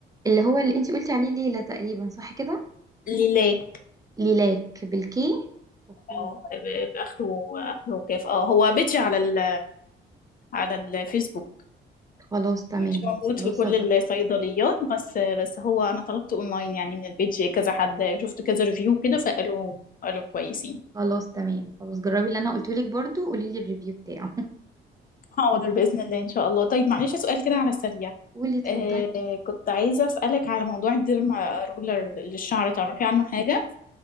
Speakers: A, on the right; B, on the left.
A: اللي هو اللي انت قلتي عليه ليلة تقريبا صح كده
B: ليلاك
A: ليلاك بالكي اوكي
B: اه ب- بآخره آخره كيف اه هو بيجي على ال على الفيسبوك
A: خلاص تمام
B: مش موجود
A: خلاص
B: في كل
A: هج-
B: الصيدليات بس بس هو أنا طلبته أونلاين يعني من البيج كذا حد شفت كذا ريفيو كده فقالوا قالوا كويسين
A: خلاص تمام خلاص جربي اللي انا قلته لك برضو قولي لي الريفيو بتاعه <laughs>
B: حاضر بإذن الله إن شاء الله طيب معلش سؤال كده على السريع
A: قولي اتفضلي
B: آه كنت عايزة أسألك على موضوع الديرما رولر للشعر تعرفي عنه حاجة؟